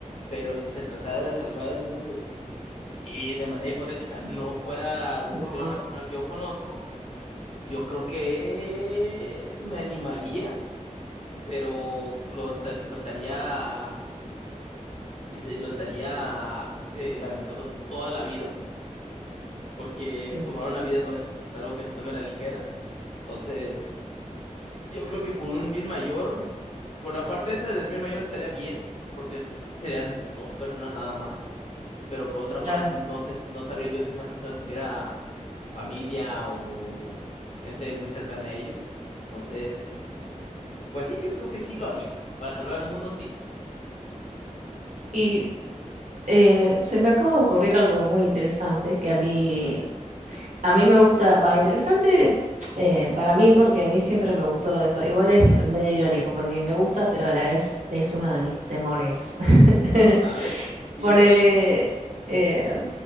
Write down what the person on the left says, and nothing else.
pero si se tratara de salvar el mundo y de manera hipotética no fuera algún
familiar de una persona que yo conozco, yo creo que me animaría, pero lo, esta- lo estaría, es decir, lo estaría, ¿cómo se dice? lamentando toda la vida, porque
tomar una vida no es algo que se tome a la ligera. Entonces. Yo creo que por un bien mayor, por la parte esa del bien mayor estaría bien, porque serían dos personas nada más, pero por otra
parte no sé, no sabría yo si esa persona tuviera familia o gente muy cercana a ellos. Entonces, pues sí, yo creo que sí lo haría. Para salvar al mundo, sí.
A ver,
a ver, dime.